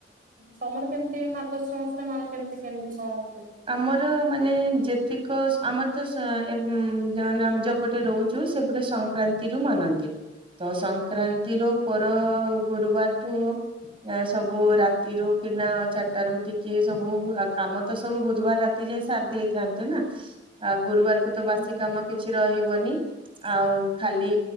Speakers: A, on the right; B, on the right.
A: ତମର କେମିତି ମାର୍ଗଶିର ମାଶର ମାଣ କେମିତି କେମିତି କଣ ହୁଏ।
B: ଆମର ମାନେ ଯେତିକ ଆମରତ ସ ଆମେ ଯୋଉପଟେ ରହୁ ଚୁ ସେପଟେ ସଂକ୍ରାନ୍ତିରୁ ମାନନ୍ତି। ତ ସଂକ୍ରାନ୍ତିର ପର ଗୁରୁବାରଠୁ ସବୁ ରାତିରୁୁ କିନା ଚାରିଟାରୁ ଉଠିକି ସବୁ କାମ ତ ସବୁ ବୁଧବାର ରାତି ଯାଏ ସାରି ଦେଇଥାନ୍ତିନା ଆଁ ଗୁରୁବାର
A: ହୁଁ
B: ତ ବାସି କାମ କିଛି ରହିବନି ଆଉ ଖାଲି